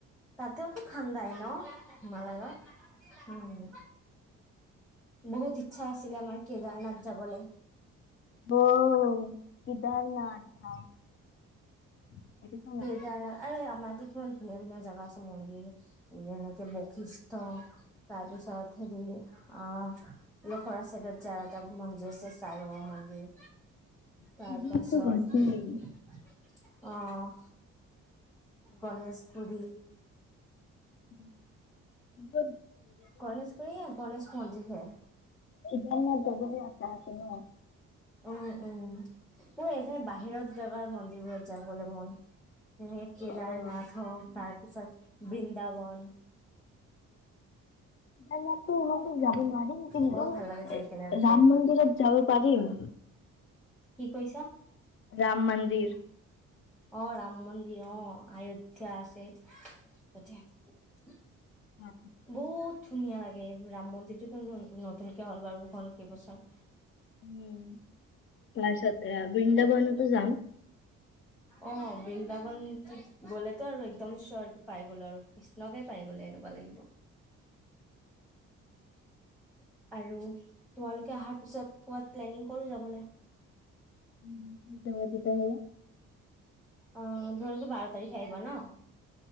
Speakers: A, in the centre; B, on the left.
A: তাতেওতো খান্দাই ন'? নালাগে, উম। বহুত ইচ্ছা আছিলে আমাৰ কেদাৰনাথ যাবলে।
B: অ', কেদাৰনাথ ভও! <unintelligible>
A: <unintelligible> আৰে আমাক কিমান ধুনীয়া ধুনীয়া জাগা আছে। মন্দিৰ যেনেকে বশিষ্ট। তাৰ পিছত হেৰি, অ', লখৰা চাইদত যাই এটা মন জেচে, চাই বাবা মন্দিৰ, তাৰপাছত,
B: এইবোৰততো গৈছিলি।
A: অ'। গণেশগুৰি।
B: উম।
A: গণেশগুৰি গণেশ মন্দিৰহে,
B: কেদাৰনাথ যাবহে আশা আছে ন।
A: উম, উম। মোৰ এ যে বাহিৰত জাগাৰ মন্দিৰবোৰত যাবলৈ মন। যেনে কেদাৰনাথ
B: অ
A: হ'ক, তাত পিছত বৃন্দাবন।
B: <unintelligible> মন্দিৰ যাব নোৱাৰিম, কিন্তু
A: বহুত ভাল
B: এ,
A: লাগে যাই কিনে তাতে।
B: ৰাম মন্দিৰত যাব পাৰিম।
A: কি কৰিছা?
B: ৰাম মন্দিৰ
A: অ' ৰাম মন্দিৰ। অ', আয়োধ্যা আছে। <unintelligible>
B: উম
A: বহুত ধুনীয়া লাগে। ৰাম মন্দিৰটোতো নতুনকে হ'ল বাৰু, হ'ল কেবছৰ।
B: উম'। তাৰপাছত এ বৃন্দাবনতো যাম।
A: অ', বৃন্দাবন গ'লেতো আৰু একদম স্বৰ্গ পাই গ'লো আৰু। কৃষ্ণকে পাই গ'লে এনেকুৱা লাগিব। আৰু, তোমালোকে অহাৰ পিছত, ক'ৰবাত প্লেনিং কৰোঁ যাবলে।
B: উম'। তেতিয়াহ'লে।
A: অহ, ঢ'লতো বাৰ তাৰিখে আহিব, ন?